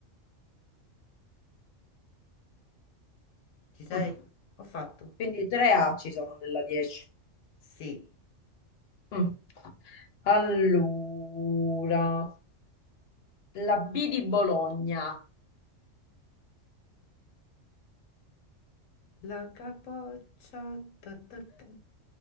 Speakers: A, on the left; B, on the left.
A: Ci sei?
B: Mm.
A: Ho fatto.
B: Quindi 3A ci sono nella 10.
A: Sì.
B: Mm. Allora, la B di Bologna.
A: La capoccia, ta ta ta,